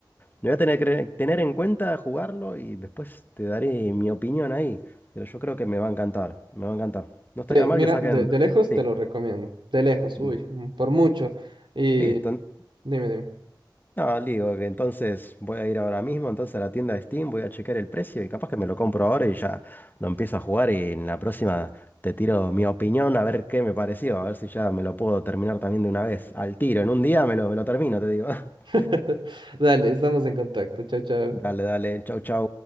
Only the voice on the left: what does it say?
lo voy a tener que tener en cuenta, jugarlo y después te daré mi opinión ahí. Pero yo creo que me va a encantar, me va a encantar. No estaría
mal
que saquen...
Sí,
y
listo. en-
No, digo que entonces voy a ir ahora mismo, entonces a la tienda de Steam, voy a chequear el precio y capaz que me lo compro ahora y ya lo empiezo a jugar y en la próxima te tiro mi opinión a ver qué me pareció, a ver si ya me lo puedo terminar también de una vez, al tiro, en un día me lo, me lo termino, te digo. <laughs>
Dale, dale, chau, chau.